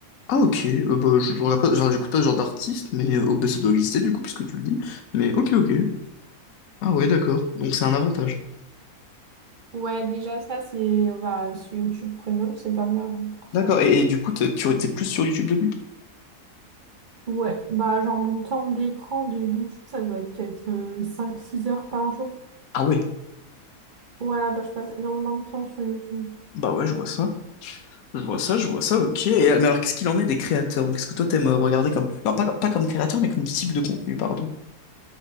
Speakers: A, on the left; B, on the right.
A: Ah ok, euh, bah, je, je regarde pas, genre, j'écoute pas ce genre d'artiste, mais euh, oh, bah, ça doit exister du coup, puisque tu le dis. Mais ok, ok. Ah ouais, d'accord. Donc c'est un avantage.
B: Ouais déjà ça c'est bah sur YouTube Premium c'est pas mal hein, pour ça.
A: D'accord, et, et du coup, t'as- tu étais plus sur YouTube depuis?
B: Ouais bah genre mon temps d'écran de YouTube ça doit être peut-être euh, 5-6 heures par jour.
A: Ah ouais,
B: Ouais bah je passe énormément de temps sur YouTube.
A: bah ouais, je vois ça. Je vois ça, je vois ça, ok. Et, euh, Mais alors qu'est-ce qu'il en est des créateurs? Donc, Qu'est-ce que toi t'aimes euh, regarder comme... Non, pas, pas comme créateur, mais comme type de contenu, pardon.